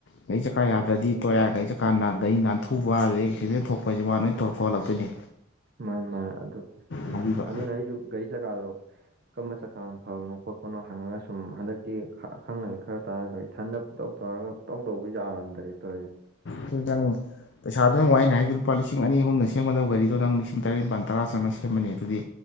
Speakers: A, on the left; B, on the right.
A: ꯒꯥꯔꯤ ꯆꯀꯥ ꯌꯥꯗ꯭ꯔꯗꯤ ꯇꯣꯛꯑꯦ ꯒꯥꯔꯤ ꯆꯀꯥ ꯅꯥꯟ ꯒꯥꯔꯤ ꯅꯥꯟꯊꯨꯕ ꯑꯗꯒꯤ ꯑꯦꯛꯁꯤꯗꯦꯟ ꯊꯣꯛꯄꯥꯏꯖꯤ ꯃꯥ ꯂꯣꯏ ꯇꯧ ꯊꯣꯛꯍꯜꯂꯛꯇꯣꯏꯅꯤ
B: ꯃꯥꯅꯤ ꯃꯥꯅꯦ ꯑꯗꯨ ꯎꯝ
A: ꯊꯧꯕꯤꯕ
B: ꯑꯗꯨꯅ ꯑꯩꯁꯨ ꯒꯥꯔꯤ ꯆꯀꯥꯗꯣ ꯀꯔꯝꯕ ꯆꯀꯥꯅ ꯐꯕꯅꯣ ꯈꯣꯠꯄꯅꯣ ꯍꯪꯉꯒ ꯁꯨꯝ ꯍꯟꯗꯛꯇꯤ ꯈ ꯑꯈꯪ ꯑꯍꯩ ꯈꯔ ꯇꯥꯅꯗ꯭ꯔ ꯏꯊꯟꯗ ꯄꯨꯡꯇꯧ ꯇꯧꯔꯒ ꯄꯨꯡꯇꯧ ꯇꯧꯕ ꯌꯥꯔꯝꯗꯦ ꯇꯧꯔꯤꯖꯦ
A: ꯑꯗꯨꯗꯤ ꯅꯪ ꯄꯩꯁꯥꯗꯨ ꯌꯦꯡꯉꯨ ꯑꯩꯅ ꯍꯥꯏꯗꯤ ꯂꯨꯄꯥ ꯂꯤꯁꯤꯡ ꯑꯅꯤ ꯑꯍꯨꯝꯅ ꯁꯦꯝꯒꯗꯕ ꯒꯥꯔꯤꯗꯣ ꯅꯪ ꯂꯤꯁꯤꯡ ꯇꯔꯦꯠ ꯅꯤꯄꯥꯜ ꯇꯔꯥ ꯆꯪꯉ ꯁꯦꯝꯃꯅꯤ ꯑꯗꯨꯗꯤ